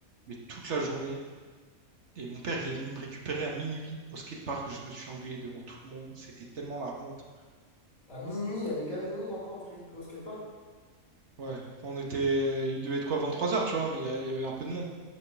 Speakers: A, on the right; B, on the left.
A: mais toute
B: Ok.
A: la journée. Et mon père, il est venu me récupérer à minuit au skatepark. Je me suis engueulé devant tout le monde. C'était tellement la honte.
B: À minuit, il y avait gavé de monde encore au, skate- au skatepark?
A: Ouais, Enfin, on était, euh, il devait être quoi, vingt-trois heures, tu vois, mais il y, a- il y avait un peu de monde.